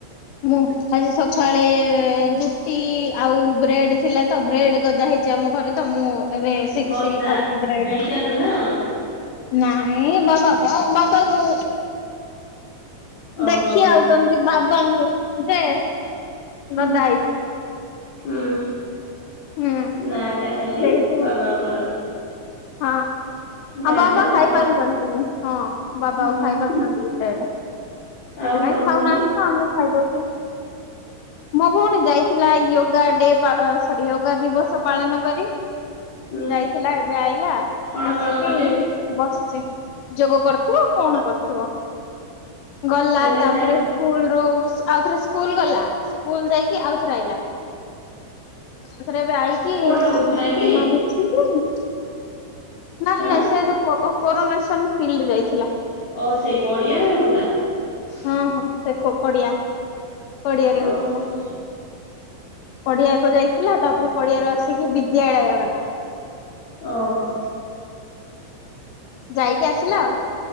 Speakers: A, on the left; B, on the left.
A: ମୁଁ ଆଜି ସକାଳେ ରୁଟି ଆଉ ବ୍ରେଡ ଥିଲା ତ ବ୍ରେଡ ଗଦା ହେଇ। ଅଛିଆମ ଘରେ ତ ମୁଁ ଏବେ ସେକି
B: ଗଦା
A: ସେକି ଖାଉଚି ବ୍ରେଡେ।
B: ମେଡିକାଲରୁ ନା କଣ?
A: ନାଇଁ ବାବା କ ବାବା ଗୋ।
B: ଓହୋ
A: ଦେଖି
B: ହୋ
A: ଆଉଚନ୍ତି ବାବାଙ୍କୁ ଯେ
B: ଉଁ
A: ଗଦା
B: ହୁଁ
A: ହେଇଛି
B: ଉଁ।
A: ହୁଁ
B: ନାଟା ଖାଲି
A: ସେଇଠୁ
B: ବାବାଙ୍କର।
A: ହଁ।
B: ଗାଡି
A: ଆଉ ବାବା
B: ଟା ତମର
A: ଖାଇ ପାରୁଥାନ୍ତି ହଁ ବାବା
B: ହୁଁ
A: ଆଉ ଖାଇ ପାରୁଥାନ୍ତି ବ୍ରେଡେ। ସେଥିପାଇଁ
B: ଆଉ ତୋ
A: ଖାଉନାହାନ୍ତିତ
B: ଭଉଣୀ
A: ଆମେ ଖାଇଦଉଚୁ। ମୋ ଭଉଣୀ ଯାଇଥିଲା ୟୋଗାଡେ ପା ସରି ୟୋଗା ଦିବସ ପାଳନ କରି। ଯାଇଥିଲା
B: ହୁଁ
A: ଏବେ ଆଇଲା।
B: କଣ
A: ଆସିକି
B: କଣ କଲେ?
A: ବସିଚି। ଯୋଗ କରୁଥିବ ଆଉ କଣ କରୁଥିବ? ଗଲା
B: ଦେଲେ
A: ତାପରେ
B: ଖାଇବାକୁ
A: ସ୍କୁଲରୁ ଆଉ ଥରେ ସ୍କୁଲ ଗଲା ସ୍କୁଲ ଯାଇକି ଆଉଥରେ ଆଇଲା। ଆଉଥରେ ଏବେ ଆଇକି
B: କୋଉଠି
A: ଏ
B: ହଉଥିଲା କି?
A: ମା ମିଛିଲାଇ <unintelligible> ନା
B: ଆଁ
A: ନାଇଁ ସେ ଯୋଉ କୋଉ କୋରୋନସନ ଫିଲ୍ଡ ଯାଇଥିଲା।
B: ଅ ସେଇ ପଡ଼ିଆରେ ହୋଉଥିଲା? ସାଡି <unintelligible>
A: ହଁ ହଁ ସେ କ କଡିଆ କଡିଆରେ
B: ଓହୋ
A: ହଉଥିଲା। ପଡିଆକୁ ଯାଇଥିଲା ତାପରେ ପଡିଆରୁ ଆସିକି ବିଦ୍ୟାଳୟ ଗଲା।
B: ଓହୋ।
A: ଯାଇକି ଆସିଲା ଆଉ।